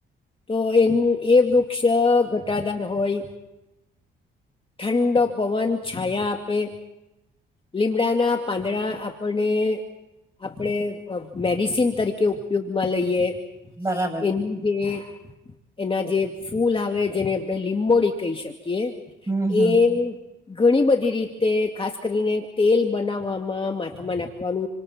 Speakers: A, on the left; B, on the right.
A: તો એનું એ વૃક્ષ ઘટાદાર હોય ઠંડો પવન છાયા આપે લીમડાના પાંદડા આપણને આપણે અ મેડિસિન તરીકે ઉપયોગમાં લઈએ
B: બરાબર
A: એન કે એના જે ફૂલ આવે જેને આપણે લીંબોડી કહી શકીએ
B: હમ હમ
A: એ ઘણી બધી રીતે ખાસ કરીને તેલ બનાવવામાં માથામા નાખવાનુ